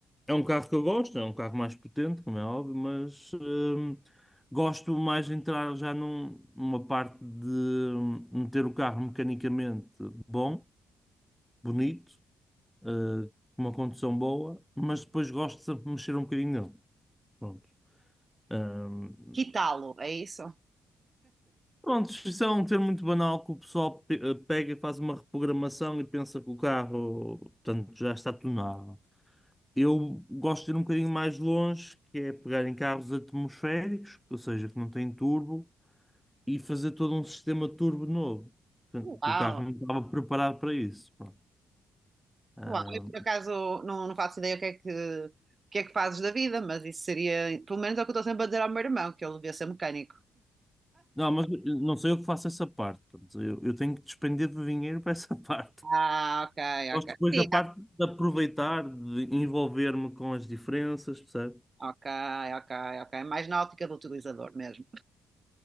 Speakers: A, in the centre; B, on the right.
A: É um carro que eu gosto, é um carro mais potente, como é óbvio, mas hum, gosto mais de entrar já num- numa parte de hum, meter o carro mecanicamente bom, bonito, eh, com uma condução boa, mas depois gosto de sempre mexer um bocadinho nele. Pronto. Hum,
B: Quitá-lo, é isso?
A: pronto, isso é um termo muito banal que o pessoal pe- eh, pega e faz uma reprogramação e pensa que o carro, portanto, já está tunado. Eu gosto de ir um bocadinho mais longe, que é pegar em carros atmosféricos, ou seja, que não têm turbo, e fazer todo um sistema turbo novo. Portanto,
B: Uau!
A: O carro não estava preparado para isso. pronto. Ah,
B: Uau, eu por acaso não, não faço ideia o que é que, o que é que fazes da vida, mas isso seria, pelo menos é o que eu estou sempre a dizer ao meu irmão, que ele devia ser mecânico.
A: não, mas não sei eu que faço essa parte. portanto, Eu, eu tenho que despender de dinheiro para essa <laughs> parte.
B: Ah, ok,
A: Gosto
B: ok.
A: depois
B: Sim,
A: da parte de aproveitar, de envolver-me com as diferenças, percebe?
B: ah, ok, ok, ok. Mais na ótica do utilizador mesmo.